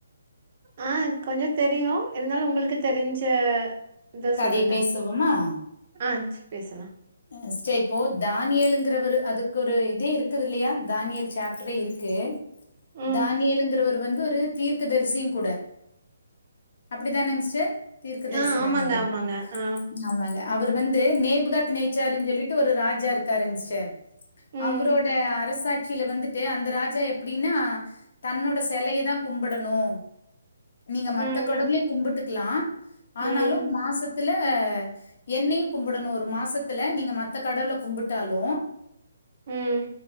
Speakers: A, on the right; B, on the left.
A: ஆ கொஞ்சோ தெரியு இருந்தாலு உங்களுக்கு தெரிஞ்ச இத
B: கதைய
A: சொல்லுங்க
B: பேசுவோமா
A: ஆ சேர் பேசலா
B: சிஸ்டர் இப்போ தானியல்லுங்கிறவரு அதுக்கு ஒரு இதே இருக்குது இல்லியா தானியல் சாப்டரே இருக்கு
A: ம்
B: தானியலிங்கிறவரு வந்து ஒரு தீர்க்க தரிசியும் கூட அப்டிதாங்க சிஸ்டர் தீர்க்க தரிசி
A: ஆ ஆமாங்க
B: தானே தான
A: ஆமாங்க ஆ
B: ஆமாங்க அவரு வந்து நேபுகா நேச்சருன்னு சொல்லிட்டு ஒரு ராஜா இருக்காருங் சிஸ்டர்
A: ம்
B: அவரோட அரசாட் ட்சில வந்துட்டு அந்த ராஜா எப்டின்னா தன்னோட செலய தா கும்பிடணு நீங்க மத்த
A: ம்
B: கடவுளையு கும்பிட்டுக்கலா ஆனாலு
A: ம்
B: மாச தில எண்ணெயு கும்பிடணு ஒரு மாசத் த்தில நீங்க மத்த கடவுள கும்பிட்டாலு
A: ம்